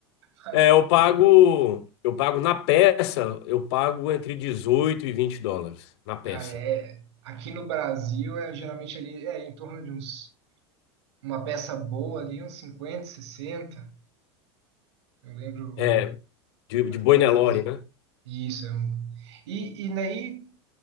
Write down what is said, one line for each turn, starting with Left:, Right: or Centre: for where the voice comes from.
Right: pagar.
Left: É, eu pago, eu pago na peça, eu pago entre 18 e 20 dólares na peça.
Right: Ah, é. Aqui no Brasil é geralmente ali é em torno de uns uma peça boa ali, uns 50, 60. Eu lembro
Left: É, de,
Right: mais
Left: de boi
Right: ou menos
Left: Nelore, né?
Right: Isso. é um- E, e daí,